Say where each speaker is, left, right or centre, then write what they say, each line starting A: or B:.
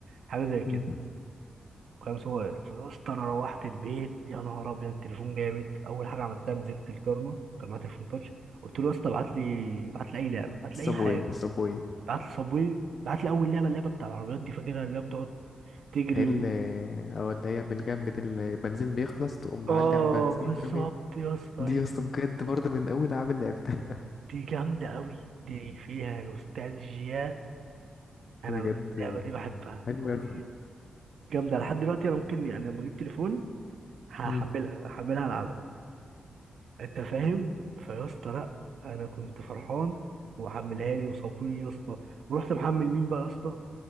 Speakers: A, on the right (about 70°); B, on the left (about 55°).
A: حاجه زي كده
B: مم.
A: كان صغير فقلت انا روحت البيت يا نهار ابيض التليفون جامد اول حاجه عملتها نزلت الجارنا كان معاه تليفون تاتش قلت له يا اسطى ابعت لي ابعت لي اي لعبه ابعت لي
B: صابوي
A: اي حاجه
B: صابوي
A: ابعت لي صابوي ابعت لي اول لعبه اللعبه بتاع العربيات دي فاكرها اللي هي بتقعد تجري
B: هي اللي
A: و...
B: اه اللي هي من الجنب دي اللي البنزين بيخلص تقوم معدي
A: اه
B: على البنزين
A: بالظبط
B: رمي
A: يا اسطى
B: دي
A: هي
B: يا اسطى بجد برضه من أول أعمل لعبتها
A: دي جامده قوي دي فيها نوستالجيا انا
B: <laughs> بجد
A: بقى اللعبه دي بحبها
B: حلو
A: بموت
B: أوي
A: فيها يا اسطى جامده لحد دلوقتي انا ممكن يعني لما اجيب تليفون هحملها
B: مم.
A: هحملها العبها انت فاهم فيا اسطى لا انا كنت فرحان وحملها لي وصابوني يا اسطى ورحت محمل مين بقى يا اسطى